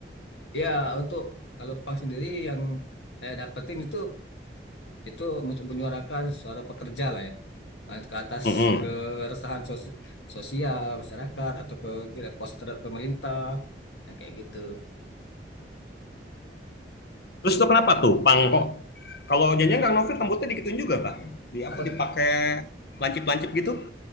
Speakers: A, on the left; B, on the left.
A: Ya, untuk kalau punk sendiri yang saya dapetin itu itu untuk menyuarakan suara pekerja lah ya. eh, ke atas
B: Mm-mm.
A: keresahan sos- sosial masyarakat atau ke tidak puas terhadap pemerintah yang kayak gitu
B: Terus
A: hmm.
B: itu kenapa tuh punk kok? Kalau janjian Kang Novi rambutnya dikituin juga, Pak. Di apa
A: apa
B: dipakai
A: tuh
B: lancip-lancip gitu?